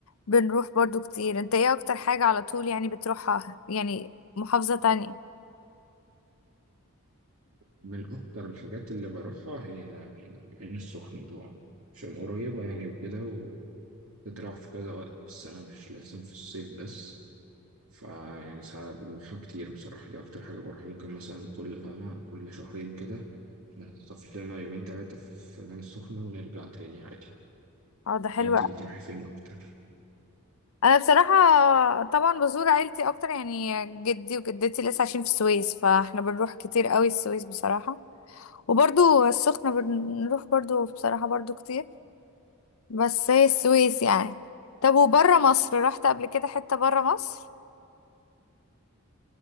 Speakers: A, on the left; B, on the right.
A: بنروح برضو كتير انت ايه اكتر حاجة على طول يعني بتروحها يعني محافظة تانية
B: من اكتر الحاجات اللي بروحها هي يعني العين السخنة طبعا عشان قريبة يعني وكده وتتراح في كذا وقت في السنة مش لازم في الصيف بس فيعني ساعات بنروحها كتير بصراحة دي أكتر حاجة بروحها ممكن مثلا كل فاهمة كل شهرين كده نخطف لنا يومين تلاتة في العين السخنة ونرجع تاني عادي
A: اه ده حلو
B: انتي
A: أوي.
B: بتروحي فين أكتر؟
A: انا بصراحة طبعا بزور عيلتي اكتر يعني جدي وجدتي لسه عايشين في السويس فاحنا بنروح كتير قوي السويس بصراحة وبرضو السخنة بنروح برضو بصراحة برضو كتير بس هي السويس يعني طب وبره مصر رحت قبل كده حتة بره مصر